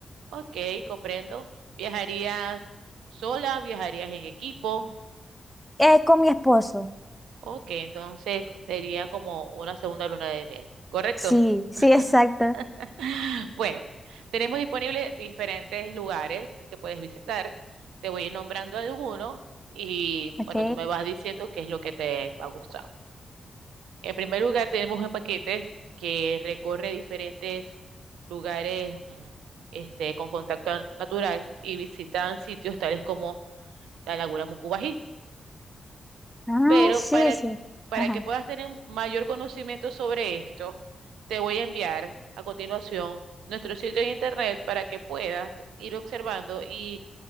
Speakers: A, on the right; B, in the centre.
A: Ok, comprendo. ¿Viajarías sola? ¿Viajarías en equipo?
B: Eh, con mi esposo.
A: Ok, entonces sería como una segunda luna de miel, ¿correcto?
B: Sí, sí, exacto.
A: <laughs> Bueno, tenemos disponibles diferentes lugares que puedes visitar. Te voy a ir nombrando algunos y
B: Ok.
A: bueno, tú me vas diciendo qué es lo que te va a gustar. En primer lugar, tenemos un paquete que recorre diferentes lugares mm, este, con contacto natural y visitan sitios tales como la Laguna Mucubají.
B: Ah,
A: Pero
B: sí,
A: para,
B: sí.
A: para
B: Ajá.
A: que puedas tener un mayor conocimiento sobre esto, te voy a enviar a continuación nuestro sitio de internet para que puedas ir observando y